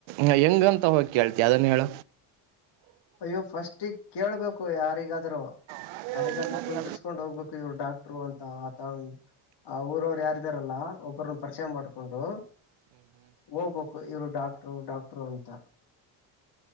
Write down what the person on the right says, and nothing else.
ಹ ಹೆಂಗಂತ ಹೋಗ ಕೇಳ್ತ ಯಾವ್ದನ್ನ ಹೇಳ
ಹ್ಮ್